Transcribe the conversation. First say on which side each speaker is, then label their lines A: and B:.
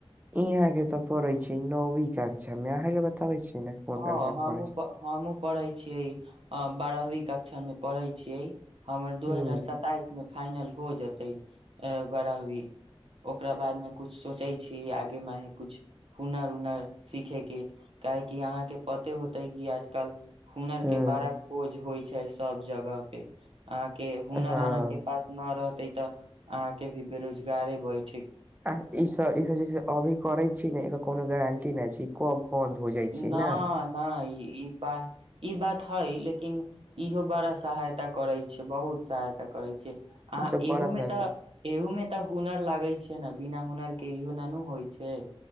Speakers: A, on the right; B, on the right.
A: इहां के ते पढ़े छै नौवी कक्षा मे, अहाँ के बताबे छी ने कोन
B: हाँ
A: कक्षा में
B: हमू
A: पढ़ै छी
B: प हमूँ पढ़ै छियै। अ बारहवीं कक्षा मे पढ़ै छियै। हमर दू
A: हूँ
B: हजार सताइस मे फाइनल हो जेतै ए बारहवीं, ओकरा बाद मे कुछ सोचे छी आगे मे हय कुछ हुनर-उनर सीखे के काहे कि अहाँ के पते होते कि आज-काल हुनर
A: हँ
B: के बड़ा खोज होय छै। सब जगह पे, अहाँ के हुनर
A: हँ
B: अहाँ के पास ना रह ते तऽ अहाँ के भी बेरोजगारे बै
A: आ इ सब ई सब जे छै अभी करै छी ने एकर कोनो गारंटी नै छी। <unintelligible> जाइ छै
B: ना-ना
A: ने
B: ई ई बात, ई बात हइ, लेकिन इहो बड़ा सहायता करै छै बहुत सहायता करै छै। आ
A: ई तऽ बड़ा
B: एहु मे
A: सहायता
B: त एहु में त हुनर लागै छै। छियै ना, बिना हुनर के इहो ना नु होइ छै।